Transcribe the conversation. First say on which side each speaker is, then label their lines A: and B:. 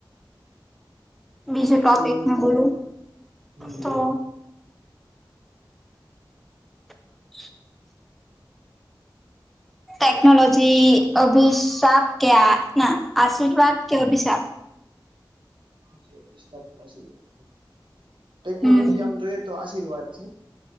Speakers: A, in the centre; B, on the right.
A: બીજું
B: તો પછી
A: ટોપિક મે બોલું
B: હમ
A: તો?
B: બોલો
A: <unintelligible> ટેકનોલોજી અભિશાપ કે? ના આશીર્વાદ કે? અભિશાપ?
B: ટેકનોલોજી ઓફિસ આશીવાદ છે, ટેકનોલોજી
A: હમ
B: આમ જોઈએ તો આશીર્વાદ છે,